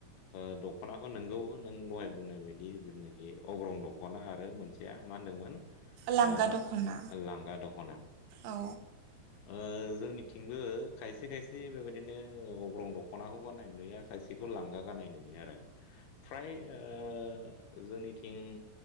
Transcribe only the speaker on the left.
ओ दख'नाखौ नोंगौ नों दहाय बुंनाय बायदि जेनाखि अग्रं दख'ना आरो मोनसेया मा होनदोंमोन
ओ
लांगा दख'ना
ओ जोंनिथिंबो खायसे खायसे बेबायदिनो अग्रं दख'नाखौ गाननाय नुयो खायसेखौ खौ लांगा गाननाय नुयो आरो फ्राय ओ जोंनिथिं